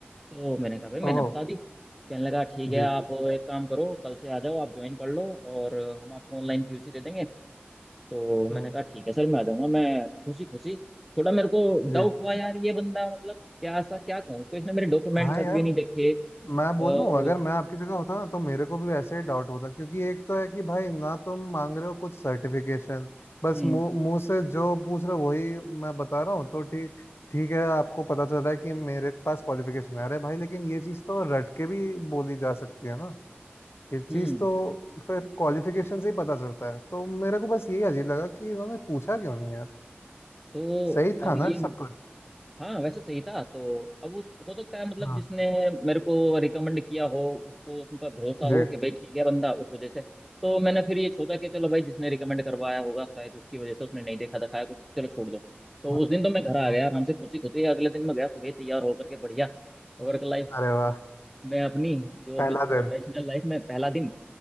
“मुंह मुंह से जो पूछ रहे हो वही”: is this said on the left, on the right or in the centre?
Left